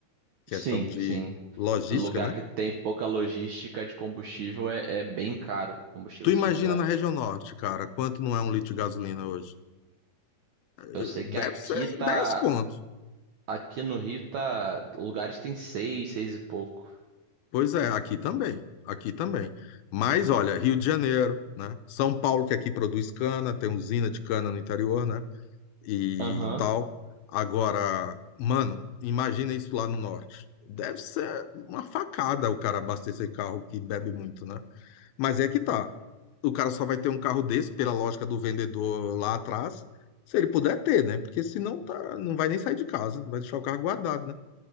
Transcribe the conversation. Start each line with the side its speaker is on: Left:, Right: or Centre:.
Left: Questão
Right: Sim,
Left: de
Right: sim.
Left: logística,
Right: Lugar
Left: né?
Right: que tem pouca logística de combustível é, é bem caro o combustível
Left: Tu
Right: nesses
Left: imagina
Right: lugares.
Left: na região norte, cara, quanto não é um litro de gasolina hoje?
Right: Eu
Left: Eu-
Right: sei
Left: Deve
Right: que aqui
Left: ser
Right: tá.
Left: 10 contos.
Right: Aqui no Rio tá. Lugares tem seis, seis e pouco.
Left: Pois é, aqui também, aqui também. Mas olha, Rio de Janeiro, né? São Paulo, que aqui produz cana, tem usina de cana no interior, né? e
Right: Aham,
Left: tal. Agora, mano, imagina isso lá no norte. Deve ser uma facada o cara abastecer carro que bebe muito, né? Mas é que tá. O cara só vai ter um carro desse, pela lógica do vendedor lá atrás, se ele puder ter, né? Porque senão tá, não vai nem sair de casa, vai deixar o carro guardado, né?